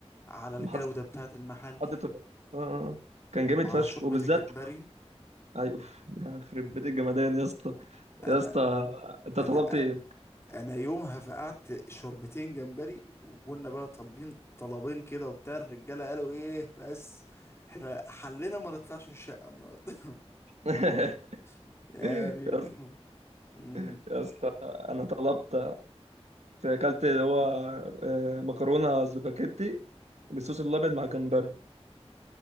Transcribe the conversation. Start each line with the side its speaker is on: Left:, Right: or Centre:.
Left: على الجودة
Right: محدش
Left: بتاعة المحل
Right: حد طلع. آه آه. آه. كان جامد
Left: وعلى
Right: فشخ
Left: شوربة
Right: وبالذات
Left: الجمبري
Right: أي أوف يخرب بيت الجمدان يا اسطى
Left: انا
Right: يا اسطى أنت
Left: انا
Right: طلبت إيه؟
Left: انا يومها فقعت شوربتين جمبري وكنا بقى طالبين طلبين كده وبتاع الرجالة قالوا ايه بس احنا حلنا ما نطلعش من الشقة النهارده
Right: <laughs>
Left: <laughs> يعني
Right: يا
Left: <laughs> مم.
Right: يا اسطى انا طلبت اكلت اللي هو آه، مكرونه سباكيتي بالصوص الابيض مع جمبري